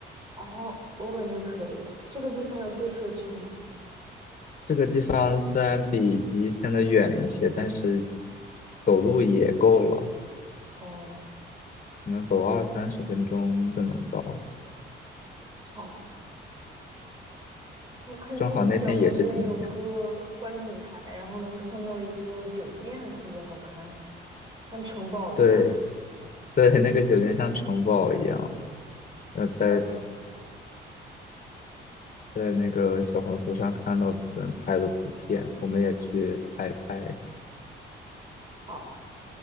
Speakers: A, on the right; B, on the left.
A: 哦，我感觉可以。这个地方要坐车去吗？
B: 这个地方虽然比第一天的远一些，但是走路也够了，
A: 哦，
B: 可能走二三十分钟就能到。
A: 好。我看金七角旁边有个观景台，
B: 正好那天也是晴天，
A: 然后能看到一个酒店，特别好看，像城堡一样。
B: 对对，那个酒店像城堡一样。呃，在
A: OK，
B: 在那个小红书上看到别人拍的图片，我们也去拍一拍。
A: 好。